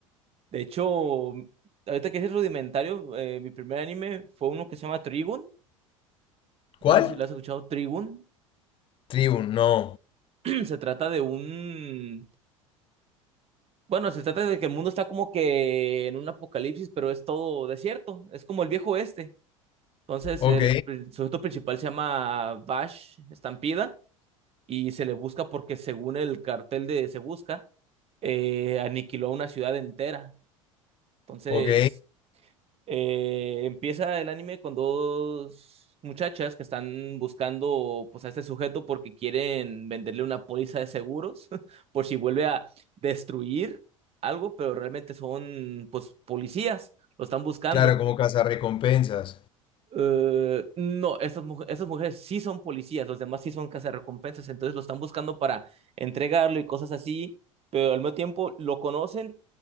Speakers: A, on the right; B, on the left.
A: De hecho, ahorita que es rudimentario, eh, mi primer anime fue uno que se llama Trigun.
B: ¿Cuál?
A: No sé si lo has escuchado, Trigun.
B: Tribu, no.
A: <clears throat> Se trata de un Bueno, se trata de que el mundo está como que en un apocalipsis, pero es todo desierto. Es como el viejo oeste. Entonces,
B: Ok,
A: el pri- sujeto principal se llama Bash Estampida y se le busca porque, según el cartel de Se Busca, eh, aniquiló una ciudad entera. Entonces,
B: ok.
A: eh, empieza el anime con dos muchachas que están buscando pues a este sujeto porque quieren venderle una póliza de seguros <laughs> por si vuelve a destruir algo, pero realmente son pues policías, lo están buscando.
B: Claro, como recompensas.
A: Eh, no, estas, mu- estas mujeres sí son policías, los demás sí son cazarrecompensas, entonces lo están buscando para entregarlo y cosas así, pero al mismo tiempo lo conocen